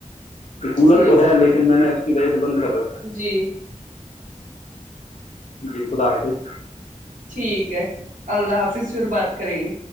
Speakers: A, on the left (about 55°); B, on the right (about 80°).
A: کہ کولر
B: ٹھیک
A: تو ہے لیکن میں نے اس بیجے بند کب
B: جی
A: جی خدا حافظ
B: ٹھیک ہے اللہ حافظ پھر بات کریں گے